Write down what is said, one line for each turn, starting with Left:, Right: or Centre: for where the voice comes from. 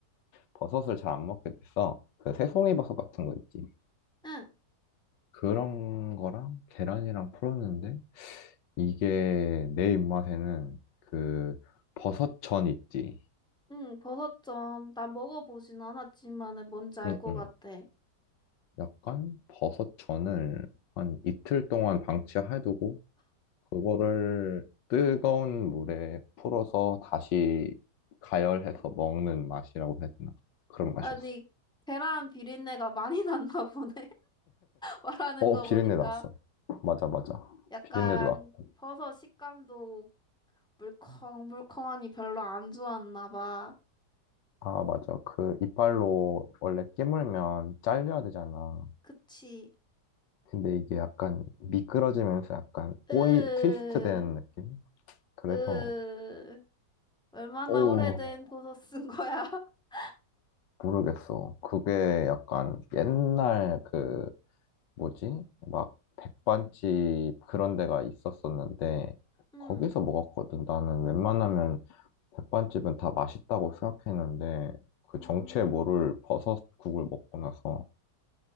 Left: 버섯을 잘 안 먹게 됐어. 그 새송이 버섯 같은 거 있지.
Centre: 응,
Left: 그런 거랑 계란이랑 풀었는데, 이게 내 입맛에는 그 버섯전 있지.
Centre: 응, 버섯전. 나 먹어보진 않았지만은 뭔지 알
Left: 응,
Centre: 것
Left: 응.
Centre: 같아.
Left: 약간 버섯전을 한 이틀 동안 방치해두고 그거를 뜨거운 물에 풀어서 다시 가열해서 먹는 맛이라고 해야 되나? 그런 맛이었어.
Centre: 아니, 계란 비린내가 많이 <laughs> 났나 보네. 말하는
Left: 어,
Centre: 거
Left: 비린내
Centre: 보니까
Left: 났어. 맞아, 맞아.
Centre: 약간
Left: 비린내도 났고.
Centre: 버섯 식감도 물컹물컹하니 별로 안 좋았나 봐.
Left: 아, 맞아. 그 이빨로 원래 깨물면 잘려야 되잖아.
Centre: 그치?
Left: 근데 이게 약간 미끄러지면서 약간 꼬이,
Centre: 으,
Left: 트위스트 되는 느낌? 그래서,
Centre: 으, 얼마나
Left: 오,
Centre: 오래된 버섯 쓴 거야? <laughs>
Left: 모르겠어. 그게 약간 옛날 그 뭐지? 막 백반집 그런 데가 있었었는데
Centre: 음,
Left: 거기서 먹었거든. 나는 웬만하면 백반집은 다 맛있다고 생각했는데 그
Centre: 음,
Left: 정체 모를 버섯국을 먹고 나서